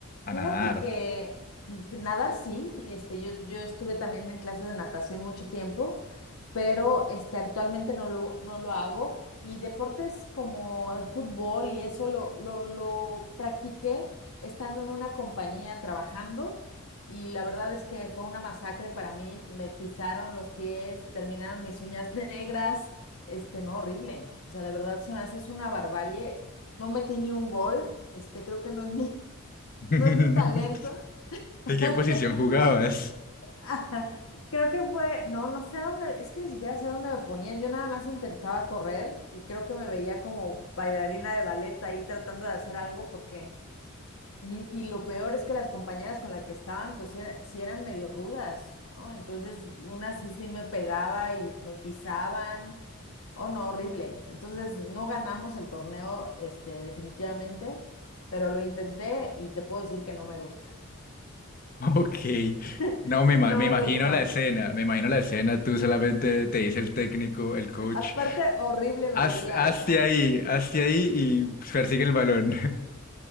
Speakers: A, on the left; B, on the left.
A: a
B: Fíjate
A: nadar?
B: que nadar sí, este, yo, yo estuve también en clases de natación mucho tiempo, pero este, actualmente no lo, no lo hago. Y deportes como el fútbol y eso lo, lo, lo practiqué estando en una compañía trabajando y la verdad es que fue una masacre para mí. Me pisaron los pies, terminaron mis uñas <laughs> negras, este, no, horrible. O sea, de verdad se me hace es una barbarie. No metí ni un gol, este, creo que no es mi
A: <laughs>
B: no es mi talento. <laughs>
A: ¿De qué posición jugabas? <laughs>
B: Ajá. Creo que fue, no, no sé a dónde, es que ni siquiera sé a dónde me ponían. Yo nada más intentaba correr y creo que me veía como bailarina de ballet ahí tratando de hacer algo porque, y, y lo peor es que las compañeras con las que estaban, pues sí, era- sí eran medio rudas, ¿no? Entonces, una sí sí me pegaba y me pisaban. Oh, no, horrible. Entonces, no ganamos el torneo, este, definitivamente, pero lo intenté y te puedo decir que no me gusta.
A: Ok.
B: <laughs>
A: No, me, ima-
B: No
A: me imagino
B: me gustó.
A: la escena, me imagino la escena, tú solamente te dice el técnico, el coach,
B: Aparte, horrible
A: haz,
B: me veía,
A: hazte
B: o sea.
A: ahí, hazte ahí y persigue el balón.